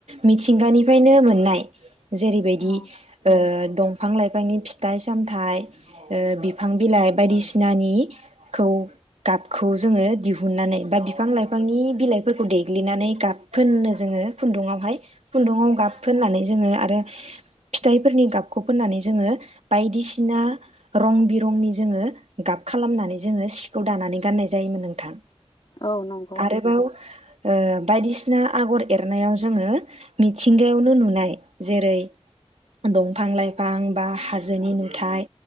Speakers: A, on the right; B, on the left.
A: मिथिंगानिफ्रायनो मोननाय। जेरैबायदि
B: औ
A: ओ दंफां लाइफांनि फिथाइ सामथाइ ओ बिफां बिलाइ बायदिसिनानि खौ गाबखौ जोङो दिहु हुननानै बा बिफां लाइफांनि बिलाइफोरखौ देग्लिनानै गाब फोननो जोङो खुन्दुङावहाय खुन्दुङाव गाब फोननानै जोङो आरो फिथाइफोरनि गाबखौ फोननानै जोङो बायदिसिना रं बिरंनि जोङो गाब खालामनानै जोङो सिखौ दानानै गाननाय जायोमोन नोंथां।
B: औ नंगौ।
A: आरोबाव ओ बायदिसि सिना आगर एरनायाव जोङो मिथिंगायावनो नुनाय जेरै दंफां लाइफां बा हाजोनि नुथाय